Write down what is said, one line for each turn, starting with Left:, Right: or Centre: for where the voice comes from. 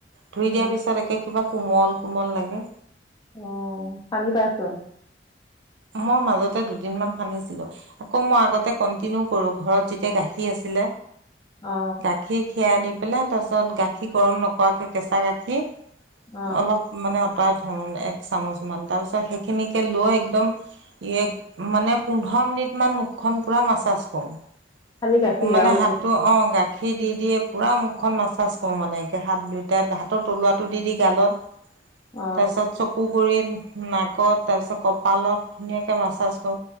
Right: ধুই
Left: অ
Right: দিয়াৰ পিছত একে কিবা কোমল কোমল লাগে
Left: আহ সানি পাইছো
Right: মই মাজতে দুদিন সান্িছিলো আকৌ মই আগতে কন্টিনিউ কৰো ঘ যেয়া গাখীৰ আছিল
Left: অ
Right: গাখীৰ খীৰা আ নি পেলাই তাৰ পাছত গাখীৰ গৰম নকৰাকে কেঁচা গাখীৰ
Left: অ
Right: অলপ মানে ধন এক চামুচমান তাৰপিছত ত সেইখিনিকে লৈ একদম ই মানে পোন্ধৰ মিনিট মান মুখখন পুৰা মাছাজ কৰো
Left: খালি গাখীৰ
Right: কুু মানে
Left: আৰু একো
Right: হাতটো অ গাত গখি দি দিয়ে পুৰা মুখখন মাছাজ কৰো মানেে হাত দুইটাাত হাতৰ তলুৱাটো দি দি গালত
Left: অ
Right: তাৰপিছত চকু গুৰিত ন ত তাৰপিছত কপালত ধুনীয়া কৰে মাছ কৰ